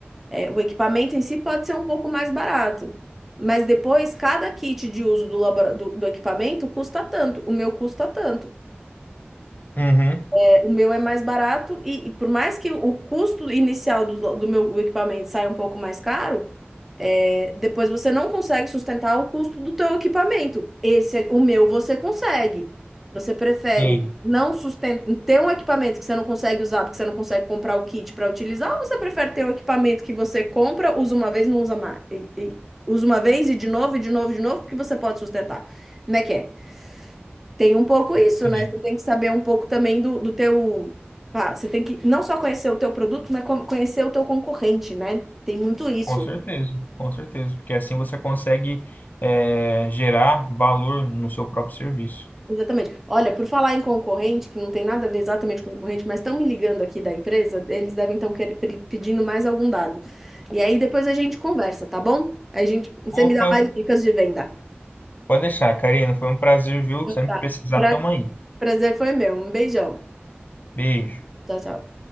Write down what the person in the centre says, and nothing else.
É, o equipamento em si pode ser um pouco mais barato, mas depois cada kit de uso do, labora- do, do equipamento custa tanto, o meu custa tanto.
É, o meu é mais barato e, e por mais que o custo inicial do, do meu equipamento saia um pouco mais caro, é, depois você não consegue sustentar o custo do teu equipamento. Esse, é- o meu, você consegue. Você prefere
não sustentar, ter um equipamento que você não consegue usar, porque você não consegue comprar o kit para utilizar, ou você prefere ter um equipamento que você compra, usa uma vez, não usa mais, e, e- usa uma vez e de novo, e de novo, e de novo, porque você pode sustentar. Como é que é? Tem um pouco isso,
né? Você tem que saber um pouco também do, do teu. Ah, você tem que não só conhecer o teu produto, mas co- conhecer o teu concorrente, né? Tem muito isso.
Exatamente. Olha, por falar em concorrente, que não tem nada a ver exatamente com concorrente, mas estão me ligando aqui da empresa, eles devem estar pedindo mais algum dado. E aí depois a gente conversa, tá bom? Aí a gente, você
me dá mais dicas de venda.
Então
Tá.
Pra-
Prazer foi meu. Um beijão.
Tchau, tchau.